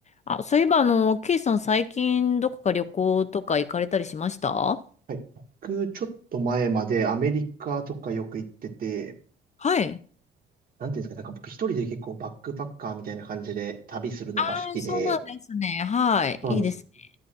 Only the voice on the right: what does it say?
はい。僕、ちょっと前までアメリカとかよく行ってて、
なんていうんですかね、なんか僕一人で結構バックパッカーみたいな感じで旅するのが好きで、
そうなんですよ。